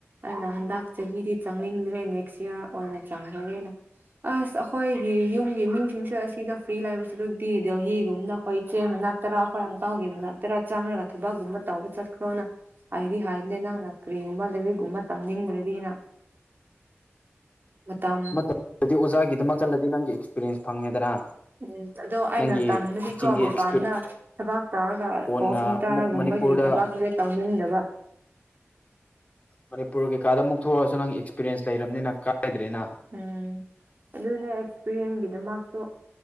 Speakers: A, on the right; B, on the left.
A: ꯑꯩꯅ ꯍꯟꯗꯛ ꯆꯍꯤꯗꯤ ꯆꯪꯅꯤꯡꯗ꯭ꯔꯦ ꯅꯦꯛꯁ ꯏꯌꯥꯔ ꯑꯣꯏꯅ ꯆꯪꯔꯒ‌ꯦꯅ ꯑꯁ ꯑꯩꯈꯣꯏꯒꯤ ꯌꯨꯝꯒꯤ ꯃꯤꯁꯤꯡꯁꯦ ꯑꯁꯤꯗ ꯐ꯭ꯔꯤ ꯂꯩꯕꯁꯨ ꯑꯗꯨꯗꯤ ꯗꯍꯤꯒꯨꯝꯅ ꯑꯩꯈꯣꯏ ꯆꯦ ꯃꯅꯥꯛ ꯇꯔꯥ ꯍꯈꯣꯏ ꯀꯥꯎꯒꯦ ꯃꯅꯥꯛ ꯇꯔꯥ ꯆꯥꯡꯒ ꯊꯕꯛꯒꯨꯝꯕ ꯇꯧꯕ ꯆꯠꯈ꯭ꯔꯣꯅ ꯍꯥꯏꯗꯤ ꯍꯥꯏꯗꯅꯦ ꯅꯪ ꯅ ꯀ꯭ꯔꯤꯒꯨꯝꯕ ꯂꯩꯔꯤꯒꯨꯝ ꯇꯝꯅꯤꯡꯗ꯭ꯔꯗꯤꯅ ꯃꯇꯝ
B: ꯑꯗꯨꯗꯤ ꯑꯣꯖꯥꯒꯤꯗꯃꯛ ꯆꯜꯂꯗꯤ ꯅꯪꯒꯤ ꯑꯦꯛꯁꯄꯤꯔꯤꯌꯦꯟꯁ ꯐꯪꯉꯦꯗꯅ
A: ꯎꯝ ꯑꯗꯣ ꯑꯩꯅ
B: ꯅꯪꯒꯤ
A: ꯇꯃꯗꯤꯀꯣ
B: ꯇꯤꯆꯤꯡꯒꯤ
A: ꯃꯄꯥꯟꯅ
B: ꯑꯦꯛꯁꯄꯤꯔ
A: ꯊꯕꯛ ꯇꯧꯔꯒ
B: ꯀꯣꯟꯅ
A: ꯀꯣ ꯁꯦꯟꯇꯥꯔꯒꯨꯝꯕꯒꯤ
B: ꯑꯃꯨꯛ ꯃꯅꯤꯄꯨꯔꯗ
A: ꯊꯕꯥꯛꯨꯗ ꯇꯧꯅꯤꯡꯗꯕ
B: ꯃꯅꯤꯄꯨꯔ ꯀꯩꯀꯥꯗ ꯑꯃꯨꯛ ꯊꯣꯛꯂꯛꯑꯁꯨ ꯅꯪ ꯑꯦꯛꯁꯄꯤꯔꯤꯌꯦꯟꯁ ꯂꯩꯔꯕꯅꯤꯅ ꯀꯥꯏꯗ꯭ꯔꯦꯅ
A: ꯎꯝ ꯑꯗꯨꯅ ꯑꯦꯛꯁꯄꯤꯔꯤꯌꯦꯟꯁꯒꯤꯗꯃꯛꯁꯨ